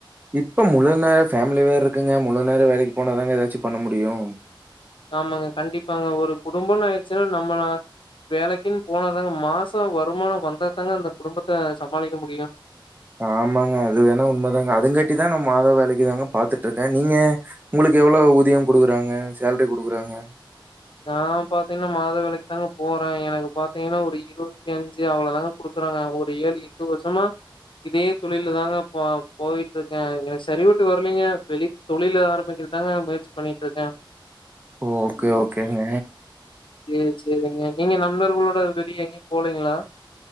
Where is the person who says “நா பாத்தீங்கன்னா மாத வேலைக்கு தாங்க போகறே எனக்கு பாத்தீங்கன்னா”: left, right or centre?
Left